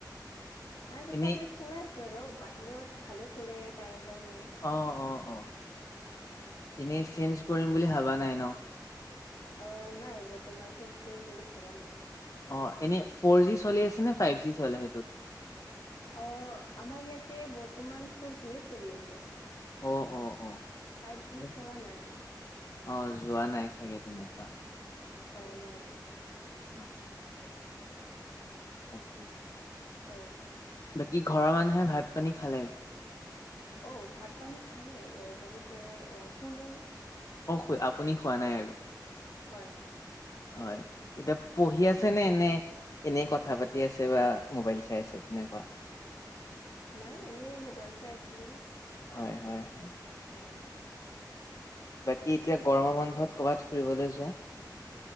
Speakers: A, on the left; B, on the left.
A: মানে তথাপিও
B: এনেই
A: চলাই আছো আৰু বাহিৰত ভালে চলে তাৰ কাৰণে
B: অ অ অ, এনেই চেঞ্জ কৰিম বুলি ভাবা নাই ন।
A: অ নাই বৰ্তমান চেঞ্জ কৰিম বুলি ভবা নাই।
B: অ এনেই ফৰ জি চলি আছে নে ফাইভ জি চলে সেইটোত।
A: অ আমাৰ ইয়াতে বৰ্তমান ফৰ জিয়ে চলি আছে।
B: অ', অ', অ',
A: ফাইভ
B: ঠিকে।
A: জি চলা নাই।
B: অ যোৱা নাই চাগে তেনেকোৱা।
A: অ নাই।
B: অ। তাকে।
A: অ।
B: বাকী ঘৰৰ মানুহে ভাত পানী খালে।
A: অ ভাত পানী খালে অ বহুতে অহ শুলেও।
B: অ আপুনি শুৱা নাই আৰু
A: হয়
B: হয় এতিয়া পঢ়ি আছে নে নে এনেই কথা পাতি আছে বা মোবাইল চাই আছে তেনেকোৱা
A: নাই এনেই মোবাইল চাই আছিলো
B: হয় হয় হয়
A: হয়
B: বাকী এতিয়া গৰমৰ বন্ধত ক'ৰবাত ফুৰিবলৈ যোৱা